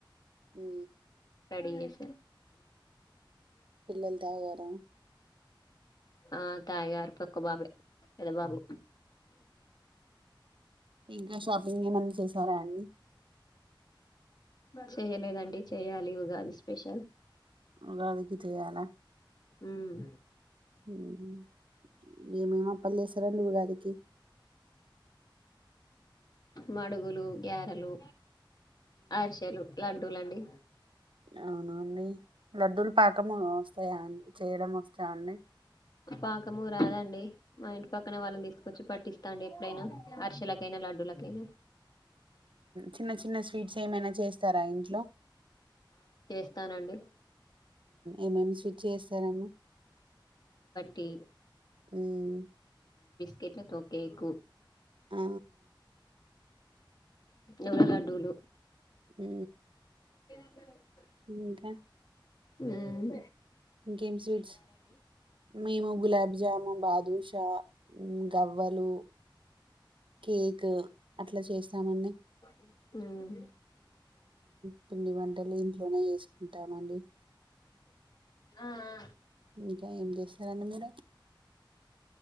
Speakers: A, on the right (about 80°); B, on the left (about 50°).
A: ఉ
B: పడిస
A: పిల్లలు తాగారం
B: ఆ తాయగారు పక్క బాబే పెద బాబు
A: ఇంకా షాపింగ్ ఏమన్నా చూస్త <unintelligible>
B: చెయలేదండి చెయ్యాలి ఇ కాదు స్పెషల్
A: ఉగాదికి చెయ్యాలా
B: మ్మ్
A: హుమ్ ఏమేమి అప్పని చేస్తారా నువ్వు గారికి
B: మడుగులు గ్యారెలు ఆర్శలు లడ్డుూలండి
A: అవునండి లడ్డూలు పాకం వస్తాయా చేయడం వస్తా అండి
B: పాకము రాదండి మా ఇంటి పక్కన వాళ్ళని తీసుకొచ్చి పట్టిస్తాండి ఎప్పుడైనా అరిశెలకైనా లడ్డుల కేనా
A: చిన్న చిన్న స్వీట్స్ ఏమైనా చేస్తారా ఇంట్లో
B: చెప్స్తానండి
A: ఏమేమి స్విచ్ చేస్తారండి
B: టీ
A: హుమ్
B: కేట్లతో కేకు
A: ఆ
B: ఎవో లడ్డులు
A: అ
B: బ
A: ఇంకా
B: ఉమ్
A: ఇంకేం స్వీట్స్ మేము గులాబ్ జాము బాదూష గవ్వలు కేక్ అట్లా చేస్తామండి
B: హ్మ్మ్
A: పిండి వంటలు ఇంట్లోనే చేసుకుంటామండి
B: ఆ ఆ
A: ఇంకా ఏం చేస్తారండి మీరు